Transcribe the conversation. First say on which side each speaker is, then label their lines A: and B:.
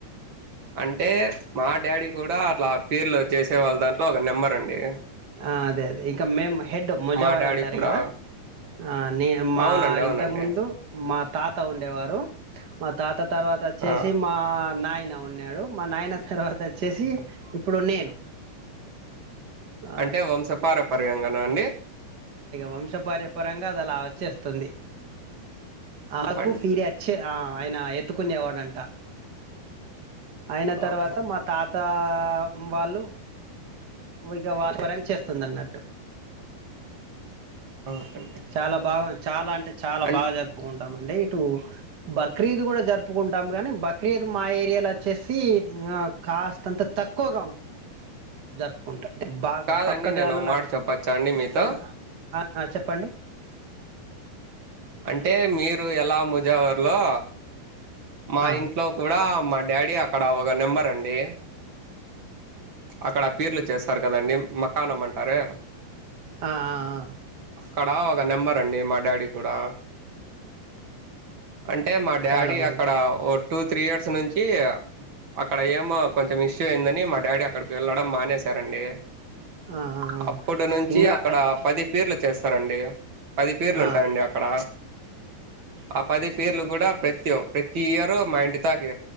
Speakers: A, on the right; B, on the right.
A: అంటే మా డాడీ కూడా అట్లా పీర్లు చేసే వాళ్ళ దాంట్లో లో ఒక నెంబర్ అండి
B: ఆ అదే ఇక మేమ్ హెడ్ ముజవారి
A: మా డాడీ
B: అంటారు
A: కూడా
B: కదా ఆ నేన్ మా
A: అవునండి అవునండి
B: ఇంతకు ముందు మా తాత ఉండేవారు మా తాత తర్వాత అచ్చేసి
A: ఆ
B: మా నాయి యిన ఉన్నాడు మా నాయన తర్వాత అచ్చేసి ఇప్పుడు నేను ఆ
A: అంటే వంశపార పర్యంగణ అండి
B: వంశపార్య పరంగా అదలా వచ్చేస్తుంది ఆకు
A: అం
B: పీఅచ్చే అ ఆయన ఎత్తుకునేవాడంట అయిన తర్వాత
A: ఆహా
B: మా తాత ఆ వాళ్ళు వుగా <inaudible> చేస్తుందన్నట్టు
A: అవునండి
B: చాలా బాగ్ చాలా అంటే చాలా
A: అం
B: బాగా జరుపుకుం టమండే ఇటు బక్రీద్ కూడా జరుపుకుంటాం గాని బక్రీద్ మా ఏరియాలచ్చేసి ఇంగ కాస్తంతా తక్కువగా ఉం జరుపుకుంటా బాగా
A: కాదండి
B: పక్క జాలల
A: నేను మాట చెప్పచ్చా అండి మీతో
B: అక్క అ అ చెప్పండి
A: అంటే మీరు ఎలా ముజెవర్లో మా
B: ఆ,
A: ఇంట్లో కూడా మ డాడీ అక్కడ ఒక నెంబర్ అండి అక్కడ పీర్లు చేస్తారు కదండి మకానం అంటారే
B: ఆ ఆ ఆ
A: అక్కడ ఓగా నెంబర్ అండి మా డాడీ కూడా అంటే మా డాడీ
B: చాలా మంది
A: అక్కడ ఓ టూ త్రీ ఇయర్స్ నుంచి అక్కడ ఏమో కొంచెం ఇష్యూ అయిందని మా డాడీ అక్కడికి వెళ్ళడం మానేశారండి
B: ఆ, ఆ, ఆ.
A: అప్పటి నుంచి
B: ఇంకా
A: అక్కడ
B: ఐ-
A: పది పీర్లు చేస్తారండి పది పీర్లు
B: ఆ,
A: ఉంటాయండి అక్కడ ఆ పది పీర్లు గుడా ప్రత్యు ప్రతి ఇయరు మా ఇంటి తాకి